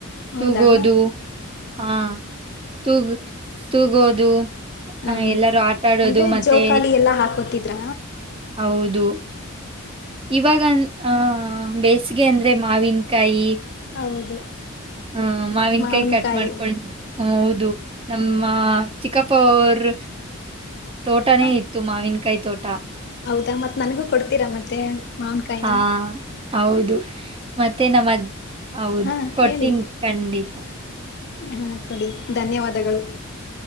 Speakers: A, on the left (about 50°); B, on the right (about 25°).
A: ಹೌದಾ
B: ತೂಗೋದು ಹಾ ತೂಗ ತೂಗೋದು
A: ಹ್ಮ
B: ಆ, ಎಲ್ಲರೂ ಆಟ ಆಡೋದು
A: ಅಂದ್ರೆ
B: ಮತ್ತೆ
A: ಜೋಕಾಲಿ ಎಲ್ಲಾ ಹಾಕೋತಿದ್ರ
B: ಹೌದು ಇವಾಗ ಆಹ ಬೇಸಿಗೆ ಅಂದ್ರೆ ಮಾವಿನಕಾಯಿ
A: ಹೌದು
B: ಹ ಮಾವಿನ
A: ಮಾವನ್ಕಾಯಿ
B: ಕಾಯಿ ಕಟ್ ಮಾಡ್ಕೊಳ್ ಹ ಹೌದು ನಮ್ಮ ಚಿಕ್ಕಪ್ಪರ್ ತೋಟಾನೇ
A: ಹ
B: ಇತ್ತು ಮಾವಿನ ಕಾಯಿ ತೋಟ
A: ಹೌದಾ ಮತ್ತ್ ನನಗೂ ಕೊಡ್ತೀರಾ ಮತ್ತೆ ಮೌನ್ ಕಾಯನಾ
B: ಹಾ ಹೌದು ಮತ್ತೆ ನಮ್ಮದ್ ಹೌದು
A: ಹಾ
B: ಕೊಡ್ತೀನ್
A: ಹೇಳಿ
B: ಖಂಡಿತ.
A: ಹಾ ಕೊಡಿ ಧನ್ಯವಾದಗಳು.